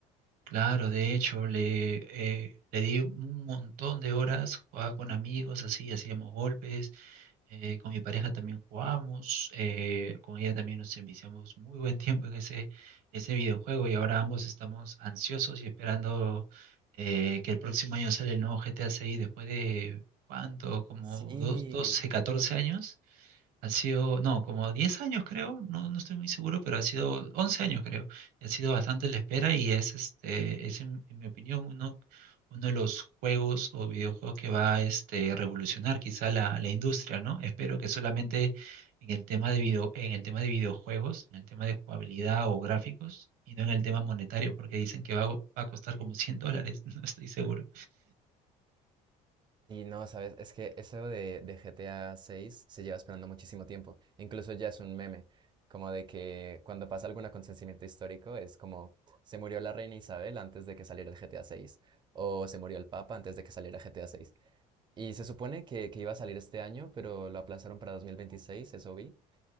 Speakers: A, on the right; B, on the right.
A: Claro, de hecho, le, eh, le di un montón de horas, jugaba con amigos, así, hacíamos golpes, eh, con mi pareja también jugamos, eh, con ella también nos enviciamos muy buen tiempo en ese, ese videojuego y ahora ambos estamos ansiosos y esperando eh, que el próximo año sale el nuevo GTA 6 después de, ¿cuánto? Como
B: Sí.
A: dos doce, catorce años. Ha sido, no, como 10 años creo, no, no estoy muy seguro, pero ha sido 11 años creo. Y ha sido bastante la espera y es, este, es en, en mi opinión uno, uno de los juegos o videojuegos que va a este, revolucionar quizá la, la industria, ¿no? Espero que solamente en el tema de video, en el tema de videojuegos, en el tema de jugabilidad o gráficos, y no en el tema monetario, porque dicen que va, a- va a costar como 100 dólares, <laughs> no estoy seguro.
B: Y no, sabes, es que eso de, de GTA 6 se lleva esperando muchísimo tiempo. Incluso ya es un meme, como de que cuando pasa algún acontecimiento histórico es como se murió la reina Isabel antes de que saliera el GTA 6 o se murió el Papa antes de que saliera GTA 6. Y se supone que, que iba a salir este año, pero lo aplazaron para 2026, eso vi.